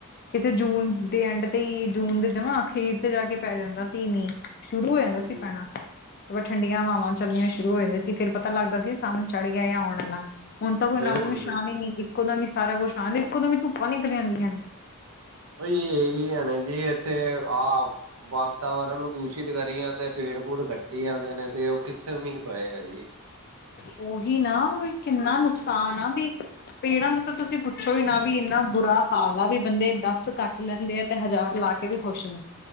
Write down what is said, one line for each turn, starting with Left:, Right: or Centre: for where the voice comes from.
Left: ਕਿਤੇੇ ਜੂਨ ਦੇ ਐਂਡ ਤੇ ਹੀ ਜੂਨ ਦੇ ਜਮਾ ਆਖੀਰ ਤੇ ਜਾ ਕੇ ਪੈ ਜਾਂਦਾ ਸੀ ਮੀਂਹ ਸੁਰੂ ਹੋ ਜਾਂਦਾ
Right: ਹਾਂਜੀ
Left: ਸੀ ਪੈਣਾ। ਸਗੋਂ ਠੰਡੀਆਂ ਹਵਾਵਾਂ ਚੱਲਣੀਆਂ ਸ਼ੁਰੂ ਹੋ ਜਾਂਦੀਆਂ ਸੀ, ਫੇਰ ਪਤਾ ਲੱਗਦਾ ਸੀ, ਸਾਵਨ ਚੜ ਗਿਆ ਆ ਆਉਣ ਵਾਲਾ ਹੁਣ ਤਾਂ ਕੋਈ ਨਾਮੋ
Right: ਬਿਲਕੁਲ
Left: ਨਿਸ਼ਾਨ
Right: ਜੀ
Left: ਹੀ ਨਹੀਂ, ਇੱਕੋਦਮ ਸਾਰਾ ਕੁਛ ਆ, ਇੱਕੋਦਮ ਧੁੱਪਾਂ ਨਿਕਲ ਆਉਦੀਆਂ।
Right: ਓ ਇਹੀ ਹੈ ਨੇ ਜੀ ਇੱਥੇ ਆ ਬਾ ਤਾਵਰਨ ਨੂੰ ਦੂਸ਼ਿਤ ਕਰੀ ਜਾਂਦੇ, ਪੇੜ-ਪੂੜ ਕੱਟੀ ਜਾਂਦੇ ਨੇ 'ਤੇ ਉਹ ਕਿੱਥੇ ਮੀਂਹ ਪਏਗਾ ਜੀ।
Left: ਉਹੀ ਨਾ, ਵੀ ਕਿੰਨਾ ਨੁਕਸਾਨ ਆ ਵੀ ਪੇੜਾਂ ਦਾ ਤਾਂ ਤੁਸੀਂ ਪੁੱਛੋ ਨਾ, ਵੀ ਇੰਨਾ ਬੁਰਾ ਹਾਲ ਆ ਵੀ ਬੰਦੇ ਦੱਸ ਕੱਟ ਲੈਂਦੇ ਆ ਤੇ ਹਜ਼ਾਰ ਜਵਾ ਕੇ ਵੀ ਖੁਸ਼ ਨੀਂ।